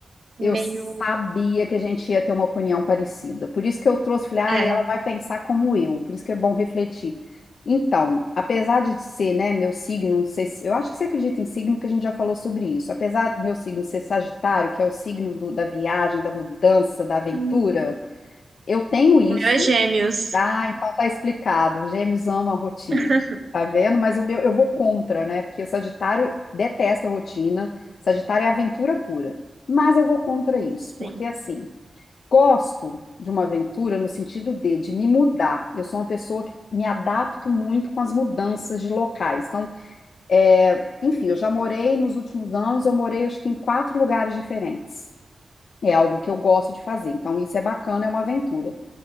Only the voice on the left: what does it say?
Eu sabia que a gente ia ter uma opinião parecida. Por isso que eu trouxe, falei, ah,
ela vai pensar como eu, por isso que é bom refletir. Então, apesar de ser, né, meu signo, não sei se- eu acho que você acredita em signo, porque a gente já falou sobre isso. Apesar do meu signo ser Sagitário, que é o signo do- da viagem, da mudança, da aventura,
eu tenho isso,
ah, então tá explicado. Gêmeos amam a rotina.
Tá vendo? Mas o meu, eu vou contra, né? Porque o Sagitário detesta a rotina. Sagitário é aventura pura. Mas eu vou contra isso,
porque assim, gosto de uma aventura no sentido de, de me mudar. Eu sou uma pessoa que me adapto muito com as mudanças de locais. Então, é, enfim, eu já morei nos últimos anos, eu morei acho que em quatro lugares diferentes. É algo que eu gosto de fazer. Então, isso é bacana, é uma aventura